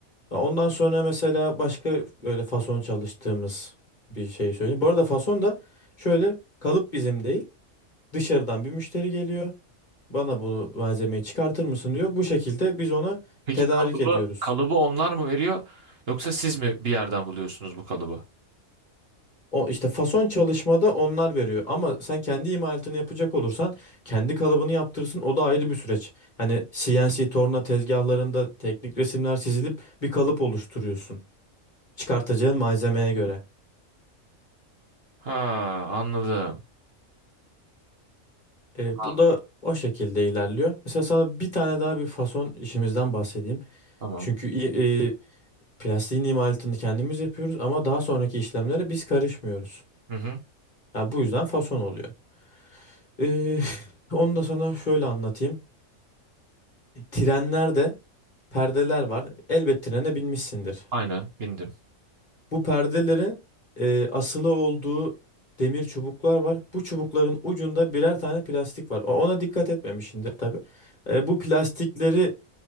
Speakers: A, on the left (about 35°); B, on the right (about 50°).
A: Ya Ondan sonra mesela başka böyle fason çalıştığımız bir şey söyleyeyim. Bu arada fason da şöyle kalıp bizim değil dışarıdan bir müşteri geliyor. Bana bu malzemeyi çıkartır mısın diyor. Bu şekilde biz ona
B: Peki
A: tedarik
B: kalıbı
A: ediyoruz.
B: kalıbı onlar mı veriyor yoksa siz mi bir yerden buluyorsunuz bu kalıbı?
A: O işte fason çalışmada onlar veriyor ama sen kendi imalatını yapacak olursan kendi kalıbını yaptırırsın o da ayrı bir süreç. Hani CNC torna tezgahlarında teknik resimler çizilip bir kalıp oluşturuyorsun çıkartacağın malzemeye göre.
B: Ha anladım.
A: E,
B: Anladım.
A: bu da o şekilde ilerliyor. Mesela sana bir tane daha bir fason işimizden bahsedeyim.
B: Tamam.
A: Çünkü i- e, plastiğin imalatını kendimiz yapıyoruz ama daha sonraki işlemlere biz karışmıyoruz.
B: Hı hı.
A: Ya bu yüzden fason oluyor. E, <laughs> onu da sana şöyle anlatayım. Trenlerde perdeler var. Elbet trene binmişsindir.
B: Aynen bindim.
A: Bu perdelerin e, asılı olduğu demir çubuklar var. Bu çubukların ucunda birer tane plastik var. O- Ona dikkat etmemişsindir tabii. E, bu plastikleri